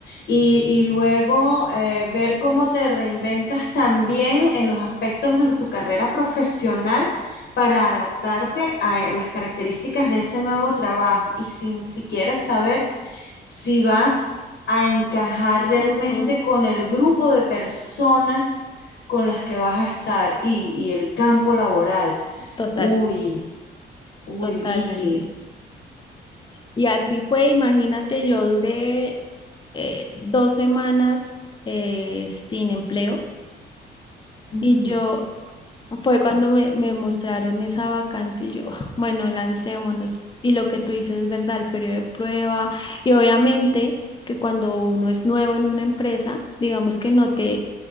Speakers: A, on the left; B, on the left.
A: y, y luego eh, ver cómo te reinventas también en los aspectos de tu carrera profesional para adaptarte a las características de ese nuevo trabajo y sin siquiera saber si vas a encajar realmente
B: Ujú,
A: con el grupo de personas con las que vas a estar y, y el campo laboral.
B: Total,
A: Uy, uy,
B: totalmente.
A: Vicky.
B: Y así fue, imagínate, yo duré eh, dos semanas eh, sin empleo
A: Ujú.
B: y yo Fue cuando me, me mostraron esa vacante y yo, <laughs> bueno, lancémonos. Y lo que tú dices es verdad, el periodo de prueba. Y obviamente que cuando uno es nuevo en una empresa, digamos que no te